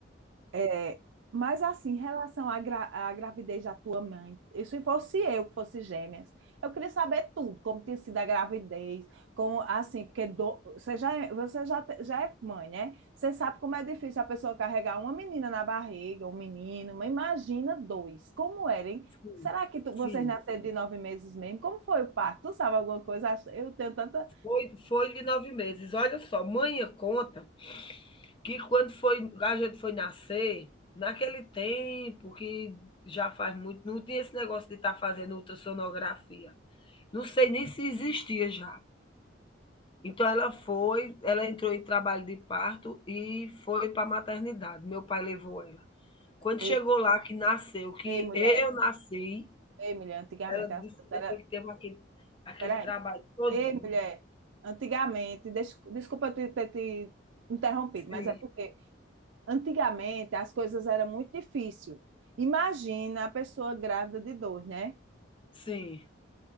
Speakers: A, on the right; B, on the left.
A: É, mas assim, em relação à, gra- à gravidez da tua mãe, e se fosse eu que fosse gêmeas, eu queria saber tudo, como tinha sido a gravidez, como assim, porque do- você já, é- você já, te- já é mãe, né? Você sabe como é difícil a pessoa carregar uma menina na barriga, um menino, mas imagina dois, como era, hein?
B: Sim,
A: Será que tu- vocês
B: sim.
A: nasceram de nove meses mesmo? Como foi o parto? Tu sabe alguma coisa? Acho- Eu tenho tanta.
B: Foi foi de 9 meses. Olha só, mãe conta que quando foi a gente foi nascer, naquele tempo que já faz muito, não tinha esse negócio de estar fazendo ultrassonografia. Não sei nem se existia já. Então ela foi ela entrou em trabalho de parto e foi para a maternidade, meu pai levou ela. Quando
A: Ei,
B: chegou lá que nasceu, que
A: ei, mulher,
B: eu nasci,
A: ei, mulher, antigamente
B: ela
A: as
B: disse
A: coisas
B: que
A: eram.
B: depois que teve aquele aquele
A: Peraí.
B: trabalho todinho
A: Ei, mulher, antigamente, des- desculpa eu te- ter te interrompido,
B: Sim,
A: mas é porque antigamente as coisas eram muito difíceis. Imagina a pessoa grávida de dor, né?
B: sim,